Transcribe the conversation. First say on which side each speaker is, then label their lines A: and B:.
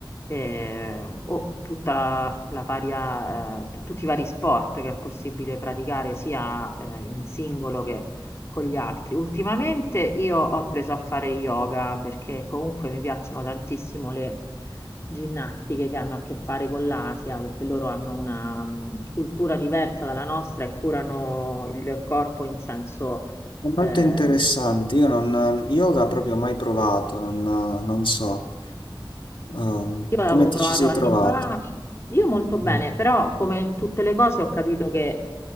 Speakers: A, on the left; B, on the left.
A: eh, o tutta la, la varia, eh, t- tutti i vari sport che è possibile praticare sia eh, in singolo che con gli altri. Ultimamente io ho preso a fare yoga perché comunque mi piacciono tantissimo le ginnastiche che hanno a che fare con l'Asia, perché loro hanno una mh, cultura diversa dalla nostra e curano il corpo in senso...
B: È molto
A: eh,
B: interessante. Io non, yoga proprio mai provato, non, non so. Ehm,
A: io
B: come
A: l'avevo
B: ti
A: provato
B: ci sei
A: anni
B: trovato?
A: fa, io molto bene,
B: Mm,
A: però come in tutte le cose ho capito che